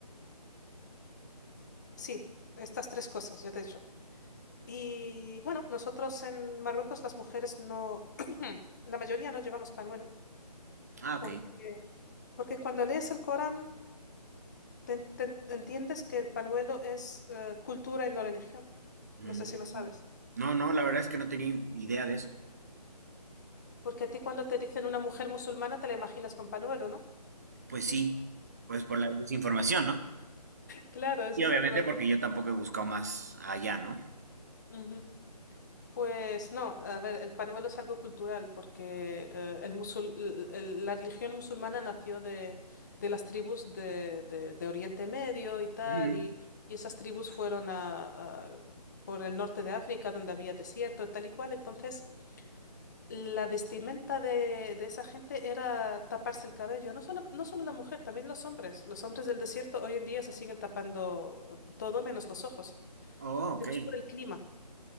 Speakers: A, on the left; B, on the right.
A: Sí, estas tres cosas, ya te he dicho. Y bueno, nosotros en Marruecos las mujeres no, <clears throat> la mayoría no llevamos panuelo,
B: Ah, ok.
A: porque, porque cuando lees el Corán te, te- entiendes que el panuelo es eh, cultura y no religión.
B: Mm.
A: No sé si lo sabes.
B: No, no, la verdad es que no tenía idea de eso.
A: Porque a ti cuando te dicen una mujer musulmana te la imaginas con panuelo, ¿no?
B: Pues sí. Pues por la desinformación, ¿no?
A: Claro, ese
B: Y obviamente
A: es el problema.
B: porque yo tampoco he buscado más allá, ¿no?
A: Ujú. Pues no, a ver, el pañuelo es algo cultural porque eh, el musul- el- el- la religión musulmana nació de, de las tribus de, de- de Oriente Medio y tal,
B: Ujú.
A: y, y esas tribus fueron a, a- por el norte de África donde había desierto y tal y cual, entonces la vestimenta de, de esa gente era taparse el cabello, no solo, no solo la mujer, también los hombres. Los hombres del desierto hoy en día se siguen tapando todo menos los ojos,
B: Oh, ok.
A: pero es por el clima.